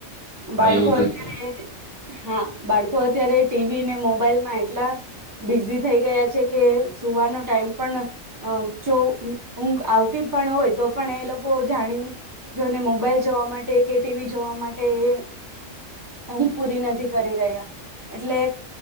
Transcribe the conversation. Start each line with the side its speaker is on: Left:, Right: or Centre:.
Left: હા
Right: બાળકો
Left: એવું તો
Right: અત્યારે
Left: છે
Right: હા બાળકો અત્યારે ટીવી ને મોબાઈલમાં એટલા બિઝી થઈ ગયા છે કે સુવાનો ટાઈમ પણ અ પી જો ઊંઘ આવતી પણ હોય તો પણ એ લોકો જાણી જોઈને મોબાઈલ જોવા માટે કે ટીવી જોવા માટે એ ઊંઘ પૂરી નથી કરી રહ્યા એટલે